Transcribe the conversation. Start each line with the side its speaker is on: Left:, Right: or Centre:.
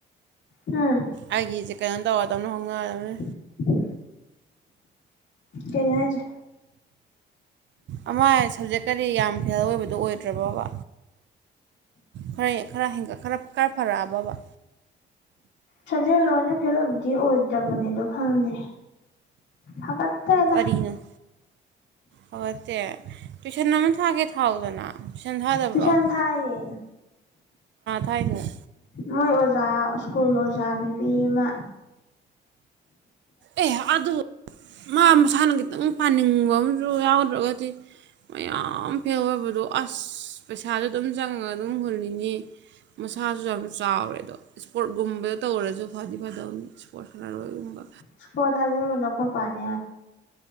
Left: ꯍꯥ
Right: ꯑꯩꯒꯤꯁꯦ ꯀꯩꯅꯣ ꯇꯧꯔꯗꯕꯅꯤꯅ ꯍꯣꯡꯅꯗꯕꯅꯤ
Left: ꯍ <unintelligible> ꯀꯩꯅꯣ ꯍꯥꯢꯁꯦ
Right: ꯑꯃ ꯁꯕꯖꯦꯛꯀꯗꯤ ꯌꯥꯝ ꯐꯦꯜ ꯑꯣꯏꯕꯗꯨꯣ ꯑꯣꯏꯗ꯭ꯔꯕꯕ ꯈꯔ ꯈꯔ ꯍ ꯈꯔ ꯈꯔ ꯐꯔꯛꯑꯕꯕ
Left: ꯁꯥꯖꯦꯜ ꯂꯣꯏꯅ ꯊꯦꯂꯕꯗꯤ ꯑꯣꯏꯗ꯭ꯔꯕꯅꯦꯗꯣ ꯈꯪꯗꯦ ꯐꯀꯠꯇ
Right: ꯅꯣ ꯐꯠꯇꯦ ꯇꯨꯏꯁꯟ ꯑꯃ ꯊꯒꯦ ꯊꯥꯎꯗꯅ ꯇꯨꯏꯁꯟ ꯊꯥꯗꯕ꯭ꯔꯣ
Left: ꯇꯨꯁꯥꯟ ꯊꯏꯌꯦ
Right: ꯊꯥꯏꯅꯩ
Left: ꯃꯣꯏ ꯑꯣꯖꯥ ꯁ꯭ꯀꯨꯜꯒꯤ ꯑꯣꯖꯥ ꯅꯨꯄꯤ ꯑꯃ
Right: ꯑꯦ ꯑꯗꯨ ꯃꯥ ꯃꯁꯥꯅ ꯈꯤꯇꯪ ꯄꯥꯅꯤꯡꯕ ꯑꯃꯁꯨ ꯌꯥꯎꯗ꯭ꯔꯒꯗꯤ ꯃꯌꯥꯝ ꯐꯦꯜ ꯑꯣꯏꯕꯗꯣ ꯑꯁ ꯄꯩꯁꯥꯗ ꯑꯗꯨꯝ ꯆꯪꯉꯒ ꯑꯗꯨꯝ ꯍꯨꯜꯂꯤꯅꯤ ꯃꯁꯥꯁꯨ ꯌꯥꯝ ꯆꯥꯎꯔꯦ ꯑꯗꯣ ꯏꯁꯄꯣꯔꯠꯀꯨꯝꯕꯗ ꯇꯧꯔꯁꯨ ꯐꯗꯤ ꯐꯗꯧꯅꯤ ꯏꯁ꯭ꯄꯣꯔꯠꯁꯂꯔ ꯑꯣꯏꯒꯨꯝꯕ
Left: ꯁꯀꯣꯊꯖꯤ ꯃ ꯂꯧ ꯈꯔ ꯄꯅꯤ